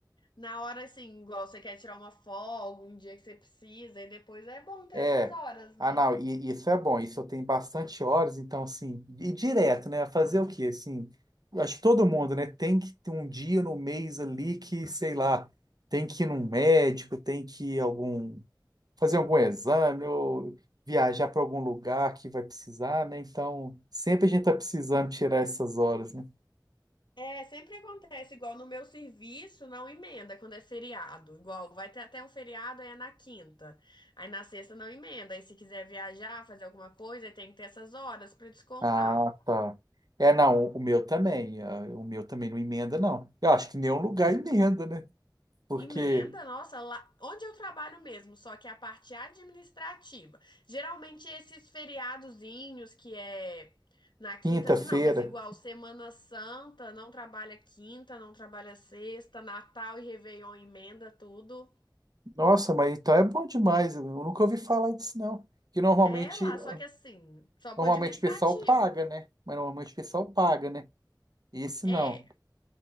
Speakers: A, on the left; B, on the right.
A: na hora, assim, igual você quer tirar uma folga, um dia que você precisa, e depois é bom ter
B: É.
A: essas horas,
B: Ah,
A: né?
B: não, e, isso é bom, isso eu tenho bastante horas, então, assim, e direto, né? Fazer o quê? Assim, eu acho que todo mundo, né? Tem que ter um dia no mês ali que, sei lá, tem que ir num médico, tem que ir algum, fazer algum exame ou viajar para algum lugar que vai precisar, né? Então, sempre a gente tá precisando tirar essas horas, né?
A: É, sempre acontece, igual no meu serviço, não emenda quando é feriado. Igual, vai ter até um feriado, aí é na quinta. Aí na sexta não emenda. Aí se quiser viajar, fazer alguma coisa, aí tem que ter essas horas para descontar.
B: Ah, tá. É, não, o meu também, ah, o meu também não emenda, não. Eu acho que nenhum lugar emenda, né? Porque
A: Emenda, nossa, lá onde eu trabalho mesmo, só que é a parte administrativa. Geralmente esses feriadozinhos que é na quinta,
B: quinta-feira.
A: assim, não, mas igual Semana Santa, não trabalha quinta, não trabalha sexta, Natal e Réveillon emenda tudo.
B: Nossa, mas então é bom demais. Eu nunca ouvi falar disso, não. Que normalmente,
A: É lá, só que assim, só
B: normalmente
A: pro administrativo.
B: o pessoal paga, né? Mas normalmente o pessoal paga, né? Esse
A: É.
B: não.